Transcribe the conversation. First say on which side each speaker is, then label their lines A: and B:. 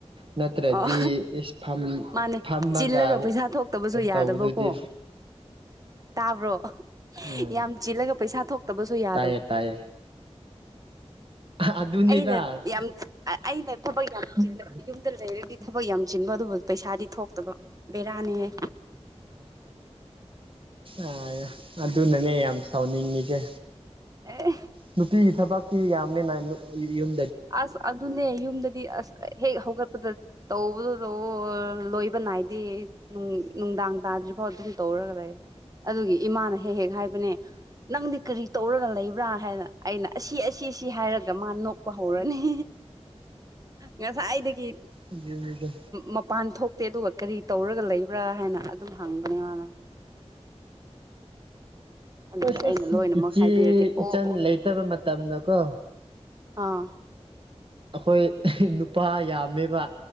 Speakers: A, on the right; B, on the right.
A: ꯅꯠꯇ꯭ꯔꯗꯤ
B: ꯑꯣ
A: ꯏꯁ ꯐꯝ
B: ꯃꯥꯅꯦ
A: ꯐꯝꯃꯒ
B: ꯆꯤꯜꯂꯒ ꯄꯩꯁꯥ ꯊꯣꯛꯇꯕꯁꯨ ꯌꯥꯏ꯫
A: ꯇꯧꯕꯗꯨꯗꯤ
B: ꯌꯥꯗꯕꯣ ꯀꯣ꯫ ꯇꯥꯕ꯭ꯔꯣ꯫
A: ꯎꯝ
B: ꯌꯥꯝ ꯆꯤꯜꯂꯒ ꯄꯩꯁꯥ ꯊꯣꯛꯇꯕꯁꯨ ꯌꯥꯗꯕꯗꯣ꯫
A: ꯇꯥꯏꯌꯦ ꯇꯥꯏꯌꯦ ꯑꯗꯨꯅꯤꯗ
B: ꯑꯩꯅ ꯌꯥꯝ ꯑꯩꯅ ꯊꯕꯛ ꯌꯥꯝ ꯆꯤꯜꯂꯗꯤ꯫ ꯌꯨꯝꯗ ꯂꯩꯔꯗꯤ ꯊꯕꯛ ꯌꯥꯝ ꯆꯤꯟꯕ ꯑꯗꯨꯕꯨ ꯄꯩꯁꯥꯗꯤ ꯊꯣꯛꯇꯕ ꯕꯦꯔꯥꯅꯤꯍ꯫
A: ꯑꯣ ꯑꯗꯨꯅꯅꯦ ꯌꯥꯝ꯫ ꯇꯥꯎꯅꯤꯡꯉꯤꯖꯦ꯫
B: ꯑꯦ
A: ꯅꯨꯡꯄꯤꯒꯤ ꯊꯕꯛꯁꯤ ꯌꯥꯝꯃꯦ ꯅꯥ꯫ ꯌꯨꯝ꯫
B: ꯑꯁ ꯑꯗꯨꯅ꯫ ꯅꯦ ꯌꯨꯝꯗꯗꯤ ꯑꯁ ꯍꯦꯛ ꯍꯧꯒꯠꯄꯗ ꯇꯧꯕꯗꯨ ꯂꯣꯏꯕ ꯅꯥꯏꯗꯦ ꯅꯨꯡꯗꯥꯡ꯫ ꯇꯥꯗ꯭ꯔꯤ ꯐꯥꯎ ꯑꯗꯨꯝ ꯇꯧꯔꯒ ꯂꯩ꯫ ꯑꯗꯨꯒꯤ ꯏꯃꯥꯅ꯫ ꯍꯦꯛ ꯍꯦꯛ ꯍꯥꯏꯕꯅꯦ꯫ ꯅꯪꯗꯤ ꯀꯔꯤ ꯇꯧꯔꯒ ꯂꯩꯕ꯭ꯔꯥ ꯍꯥꯏꯗꯅ ꯑꯩꯅ ꯑꯁꯤ ꯑꯁꯤ ꯑꯁꯤ ꯍꯥꯏꯔꯒ ꯃꯥ ꯅꯣꯛ꯫ ꯄ ꯍꯧꯔꯅꯤ ꯉꯁꯥꯏꯗꯒꯤ꯫
A: ꯑꯗꯨꯅꯤꯗ
B: ꯃꯄꯥꯟ ꯊꯣꯛ꯫ ꯠꯇꯦ ꯑꯗꯨꯒ ꯀꯔꯤ ꯇꯧꯔꯒ ꯂꯩꯕ꯭ꯔꯥ ꯍꯥꯏꯅ ꯑꯗꯨꯝ ꯍꯪꯕꯅꯦ ꯃꯥꯅ꯫ ꯑꯗꯨꯒ
A: ꯍꯣꯏ ꯁꯁ
B: ꯑꯩꯅ ꯂꯣꯏꯅꯃꯛ
A: ꯏꯆꯦ
B: ꯍꯥꯏꯕꯤꯔꯗꯤ
A: ꯏꯆꯟ
B: ꯑꯣ ꯑꯣ
A: ꯂꯩꯇꯕ ꯃꯇꯝꯗ ꯀꯣ꯫
B: ꯑꯥ꯫
A: ꯑꯩꯈꯣꯏ꯫ ꯅꯨꯄꯥ ꯌꯥꯝꯃꯦꯕ